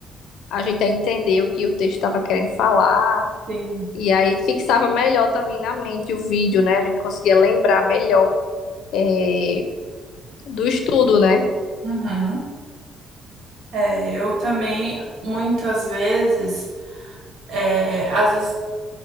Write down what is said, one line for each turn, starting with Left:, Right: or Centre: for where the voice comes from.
Left: a gente a entender o que o texto estava querendo falar.
Right: sim.
Left: E aí fixava melhor também na mente o vídeo, né? A gente conseguia lembrar melhor eh, do estudo, né?
Right: Uhum. É, eu também, muitas vezes, é, às vezes